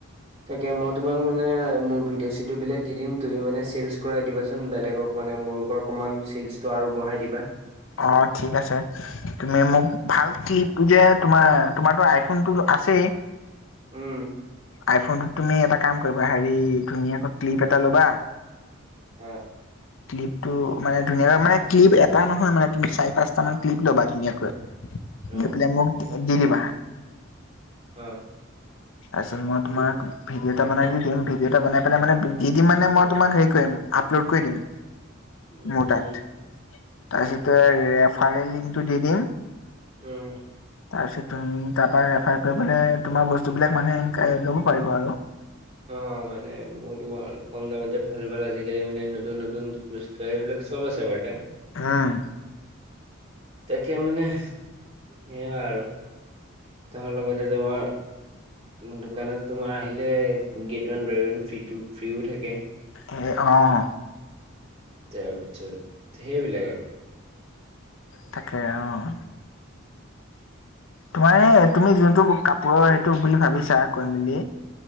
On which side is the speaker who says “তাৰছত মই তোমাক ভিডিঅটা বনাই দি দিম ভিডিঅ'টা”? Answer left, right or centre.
Left